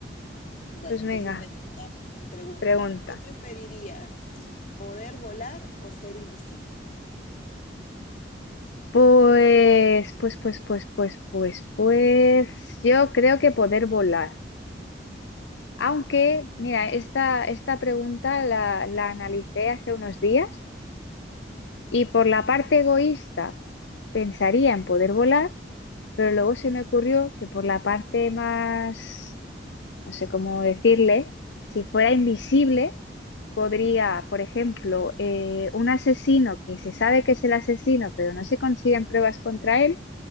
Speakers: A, on the left (about 45°); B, on the left (about 80°).
A: Bueno,
B: Pues
A: entonces
B: venga,
A: me toca mi pregunta.
B: pregunta.
A: ¿Qué preferirías? ¿Poder volar o ser invisible?
B: Pues, pues, pues, pues, pues, pues, pues, yo creo que poder volar. Aunque, mira, esta, esta pregunta la, la analicé hace unos días Y por la parte egoísta, pensaría en poder volar, pero luego se me ocurrió que por la parte más, no sé cómo decirle, si fuera invisible, podría, por ejemplo, eh, un asesino que se sabe que es el asesino, pero no se consiguen pruebas contra él,